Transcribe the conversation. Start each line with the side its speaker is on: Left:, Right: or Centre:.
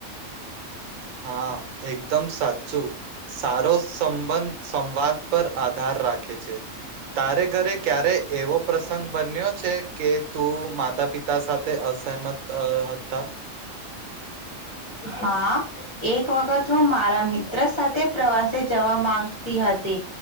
Right: હા. એકદમ સાચું સારો સંબંધ સંવાદ પર આધાર રાખે છે. તારે ઘરે ક્યારે એવો પ્રસંગ બન્યો છે કે તું માતા પિતા સાથે અસહમત હતા?
Left: હા એક વખત હું મારા મિત્ર સાથે પ્રવાસે જવા માંગતી હતી,